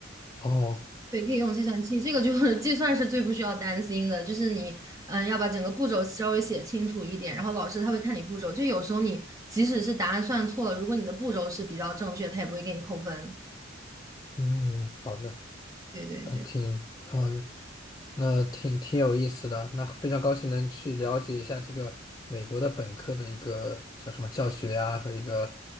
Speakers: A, on the left; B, on the right.
A: 哦，
B: 对，可以用计算器，这个就 <laughs> 是计算是最不需要担心的，就是你，嗯，要把整个步骤稍微写清楚一点，然后老师他会看你步骤，就有时候你即使是答案算错了，如果你的步骤是比较正确，他也不会给你扣分。
A: 嗯，好的，
B: 对对对，
A: 呃挺，嗯，那挺挺有意思的。那非常高兴能去了解一下这个美国的本科的一个叫什么教学呀、和一个